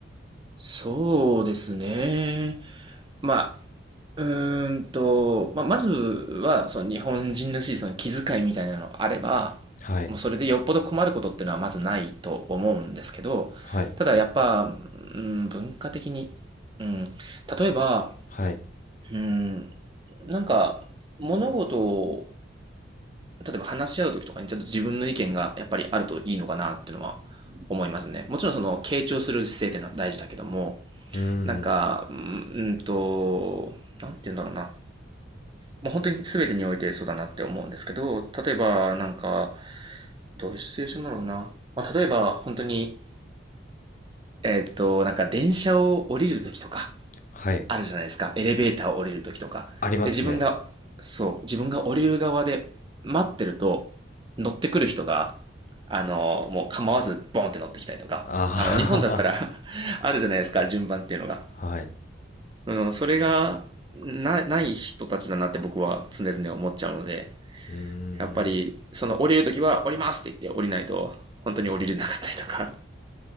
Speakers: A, on the right; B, on the left.
A: そうですね。まあ、うーんと、まあ、まずは、その日本人らしいその気遣いみたいなのがあれば、
B: はい、
A: もうそれでよっぽど困ることっていうのはまずないと思うんですけど、
B: はい、
A: ただやっぱ、うん、文化的に、うん、例えば、
B: はい、
A: うん、なんか物事を例えば話し合う時とかにちょっと自分の意見がやっぱりあるといいのかなっていうのは思いますね。もちろんその傾聴する姿勢っていうのは大事だけども、
B: うーん、
A: なんか、うんうんと、なんて言うんだろうな。もう本当に全てにおいてそうだなって思うんですけど、例えばなんか、どういうシチュエーションだろうな。まあ、例えば本当に、えっと、なんか電車を降りる時とか、
B: はい。
A: あるじゃないですか。エレベーターを降りるときとか。
B: ありますね。
A: で、自分が、そう、自分が降りる側で待ってると、乗ってくる人が、あの、もう構わずボンって乗ってきたりとか。
B: あ
A: あの、日本だったら <laughs> あるじゃないですか、順番っていうのが。
B: あ <laughs> はい。
A: うん、それが、な、ない人たちだなって僕は常々思っちゃうので、
B: うーん。
A: やっぱり、その降りるときは降りますって言って降りないと、本当に降りれなかったりとか。
B: は、